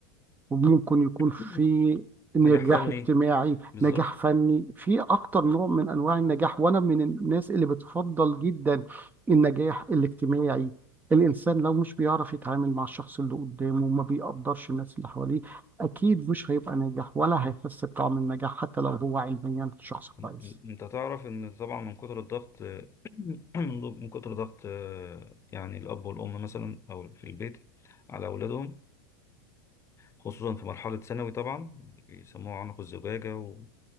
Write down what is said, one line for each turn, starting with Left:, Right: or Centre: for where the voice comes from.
Right: وممكن يكون في
Left: مم.
Right: نجاح
Left: نجاح فني
Right: اجتماعي
Left: بالظبط
Right: نجاح فني في اكتر نوع من انواع النجاح وانا من الناس اللي بتفضل جدا النجاح الاجتماعي الانسان لو مش بيعرف يتعامل مع الشخص اللي قدامه وما بيقدرش الناس اللي حواليه اكيد مش هيبقى ناجح ولا هيحس بطعم النجاح حتى لو هو علميا شخص كويس
Left: م- م- انت تعرف ان طبعا من كتر الضغط مم. <clears throat> من ض- من كتر ضغط آه، يعني الاب والام مثلا او في البيت على اولادهم خصوصا في مرحله ثانوي طبعا بيسموها عنق الزجاجه و...